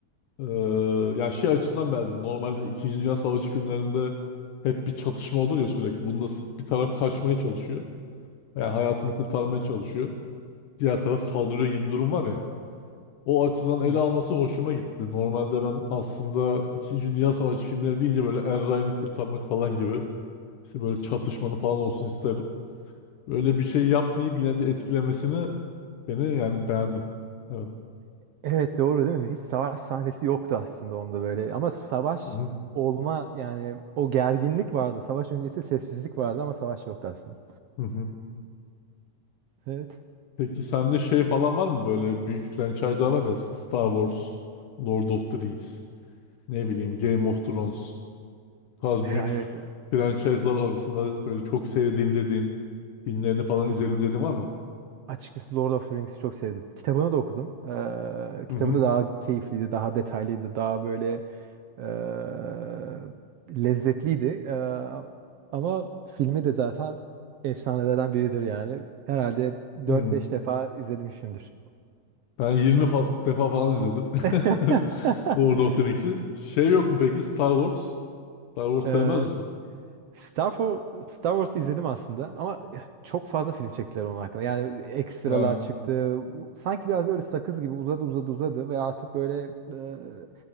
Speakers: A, on the left; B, on the right.
A: eee, yani şey açısından beğendim. Normalde İkinci Dünya Savaşı filmlerinde hep bir çatışma olur ya sürekli. Bunda s- bir taraf kaçmaya çalışıyor. Yani hayatını kurtarmaya çalışıyor. Diğer taraf saldırıyor gibi durum var ya. o açıdan ele
B: Hı hı.
A: alması hoşuma gitti. Normalde ben aslında İkinci Dünya Savaşı filmleri deyince böyle Er Ryan'ı kurtarmak falan gibi işte böyle çatışmalı falan olsun isterim. Böyle bir şey yapmayıp yine de etkilemesini beni yani beğendim. Evet.
B: Evet doğru değil mi? Hiç savaş sahnesi yoktu aslında onda böyle. Ama savaş
A: Hı hı,
B: olma yani o gerginlik vardı. Savaş öncesi sessizlik vardı ama savaş yoktu aslında.
A: hı hı.
B: Evet.
A: Peki sende şey falan var mı böyle büyük franchise'lar var ya işte Star Wars, Lord of the Rings, ne bileyim Game of Thrones. Bu tarz
B: E,
A: büyük
B: Evet.
A: franchise'lar arasında böyle çok sevdiğim dediğin filmlerini falan izledim dediğin var mı?
B: Açıkçası Lord of the Rings'i çok sevdim. Kitabını da okudum. Ee, kitabı
A: Hı hı.
B: da daha keyifliydi, daha detaylıydı, daha böyle ee, lezzetliydi. Ee, ama filmi de zaten efsanelerden biridir yani. Herhalde dört
A: Hı.
B: beş defa izlemişimdir.
A: Ben 20 fa- defa falan izledim.
B: <laughs>
A: <laughs> Lord of the Rings'i. Şey yok mu peki Star Wars? Star Wars
B: Ee,
A: sevmez misiniz?
B: Star, Fo- Star Wars'u izledim aslında ama çok fazla film çektiler onun hakkında. Yani ekstralar
A: Ha.
B: çıktı. Sanki biraz böyle sakız gibi uzadı uzadı uzadı ve artık böyle e,